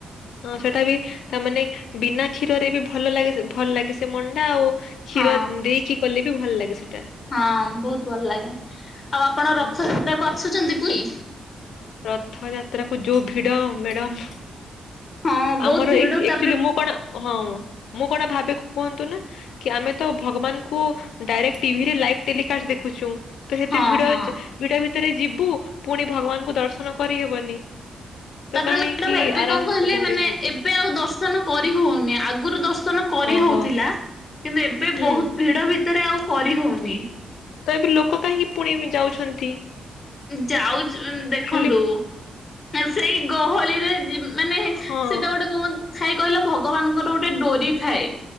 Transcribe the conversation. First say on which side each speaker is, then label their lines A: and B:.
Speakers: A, on the left (about 85°); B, on the left (about 25°).
A: ହଁ ସେଟା ବି ତାମାନୋନେ ବିନା କ୍ଷୀରରେ ବି ଭଲ ଲାଗେ ଭଲ ଲାଗେ ସେ ମଣ୍ଡା ଆଉ କ୍ଷୀର
B: ହଁ
A: ଦେଇକି କଲେ ବି ଭଲ ଲାଗେ ସେଟା।
B: ହଁ ବହୁତ ଭଲ ଲାଗେ ଆଉ ଆପଣ
A: ହଁ
B: ରଥଯାତ୍ରା କ ଆସୁଛନ୍ତି ପୁରୀ?
A: ରଥ ଯାତ୍ରା କୁ ଯୋଉ ଭିଡ ମେଡମ।
B: ହଁ ବହୁତ
A: ଆମର
B: ଭିଡ
A: ଏକ୍
B: ତାପରେ
A: ଚୁଲି ମୁଁ କଣ ହଁ ମୁଁ କଣ ଭାବେ କୁ କୁହନ୍ତୁ ନା? କି ଆମେ ତ ଭଗବାନଙ୍କୁ ଡାଇରେକ୍ଟ ଟିଭିରେ ଲାଇଭ ଟେଲିକାଷ୍ଟ ଦେଖୁଛୁ। ତ ସେତେ
B: ହଁ
A: ଭିଡ
B: ହଁ
A: ଭିଡ ଭିତରେ ଯିବୁ ପୁଣି ଭଗବାନଙ୍କୁ ଦର୍ଶନ କରିହେବନି। ତ
B: ତାପରେ
A: କାହିଁକି
B: ମେଡାମ୍ ଏବେ
A: ଆରାମ
B: କଣ କହିଲେ
A: ସେ ଘରେ
B: ମାନେ
A: ଯିବ
B: ଏବେ ଆଉ ଦର୍ଶନ କରି ହଉନି ଆଗରୁ ଦର୍ଶନ କରି
A: ଓହୋ
B: ହଉଥିଲା କିନ୍ତୁ ଏବେ
A: ହୁଁ
B: ବହୁତ ଭିଡ ଭିତରେ ଆଉ କରି ହଉନି।
A: ତ ଏବେ ଲୋକ କାହିଁକି ପୁଣି ଯାଉଛନ୍ତି?
B: ଯାଉଛି ଲ ଦେଖନ୍ତୁ।
A: ଖାଲି
B: ସେଇ ଗହଳିରେ ଯି ମାନେ
A: ହଁ
B: ସେଟା ଗୋଟେ କ ଥାଏ କହିଲ ଭଗବାନଙ୍କର ଗୋଟେ ଡୋରି ଥାଏ।